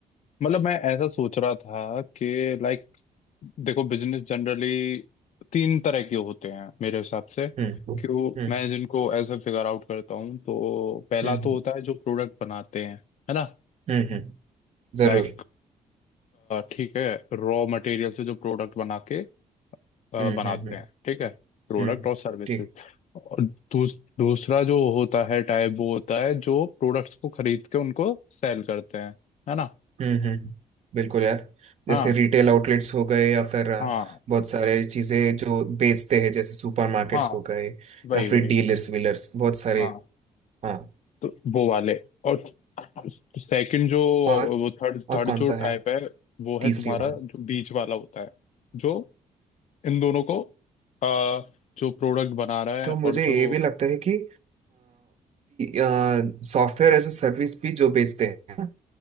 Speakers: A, on the left; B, on the right.
A: मतलब मैं ऐसा सोच रहा था कि लाइक देखो बिजनेस जनरली तीन तरह के होते हैं मेरे हिसाब से
B: हम्म हम्म
A: क्यों मैं जिनको ऐसा फिगर आउट करता हूँ तो पहला
B: हम्म हम्म
A: तो होता है जो प्रोडक्ट बनाते हैं है ना
B: हम्म, हम्म, जरूर
A: लाइक ठीक है रॉ मटेरियल से जो प्रोडक्ट बना के अ,
B: हम्म
A: बनाते
B: हम्म हम्म
A: हैं ठीक है प्रोडक्ट
B: हम्म,
A: और सर्विसेज
B: ठीक
A: और दूस, दूसरा जो होता है टाइप वो होता है जो प्रोडक्ट्स को खरीद के उनको सेल करते हैं है ना
B: हम्म हम्म हम्म, बिल्कुल यार
A: हाँ
B: जैसे रिटेल आउटलेट्स हो गए या फिर अ,
A: हाँ
B: बहुत सारे चीजें जो बेचते हैं जैसे सुपरमार्केट्स
A: हाँ
B: हो गए या
A: वही
B: फिर
A: वही
B: डीलर्स वीलर्स बहुत सारे
A: हाँ
B: हाँ
A: तो वो वाले और सेकंड जो
B: और
A: वो थर्ड
B: और
A: थर्ड
B: कौन
A: जो
B: सा
A: टाइप
B: है
A: है वो है
B: तीसरी
A: तुम्हारा
B: वाला
A: जो बीच वाला होता है जो इन दोनों को अ, जो प्रोडक्ट बना रहा
B: तो
A: है
B: मुझे
A: और जो
B: ये भी लगता है कि सॉफ्टवेयर एज ए सर्विस भी जो बेचते हैं